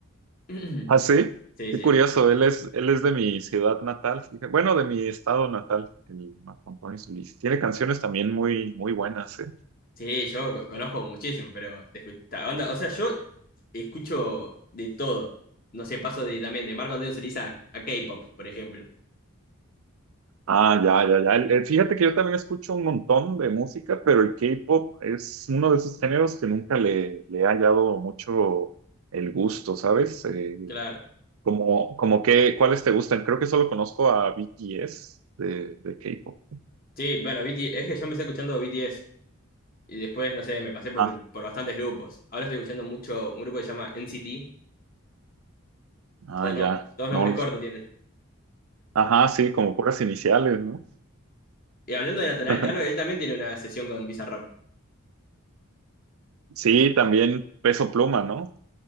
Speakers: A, on the left; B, on the right.
A: <clears throat>
B: Ah, sí,
A: Sí,
B: qué
A: sí.
B: curioso, él es, él es de mi ciudad natal, fíjate. Bueno, de mi estado natal, el Marco Antonio Solís. Tiene canciones también muy, muy buenas, ¿eh?
A: Sí, yo co- conozco muchísimo, pero de escucha- onda, o sea, yo escucho de todo. No sé, paso de también de Marco Antonio Solís a, a K-pop, por ejemplo.
B: Ah, ya, ya, ya. El- el- Fíjate que yo también escucho un montón de música, pero el K-pop es uno de esos géneros que nunca le, le he hallado mucho el gusto, ¿sabes? Eh,
A: Claro.
B: como, como que, ¿cuáles te gustan? Creo que solo conozco a BTS de, de K-pop.
A: Sí, bueno, BT es que yo empecé escuchando BTS y después, no sé, me pasé por,
B: Ah,
A: por bastantes grupos. Ahora estoy escuchando mucho un grupo que se llama NCT.
B: ah,
A: Todos, no,
B: ya.
A: todos
B: No
A: nombres
B: los.
A: cortos tienen.
B: Ajá, sí, como puras iniciales, ¿no?
A: Y hablando de Natanael
B: <laughs>
A: Cano, él también tiene una sesión con Bizarrap.
B: Sí, también Peso Pluma, ¿no?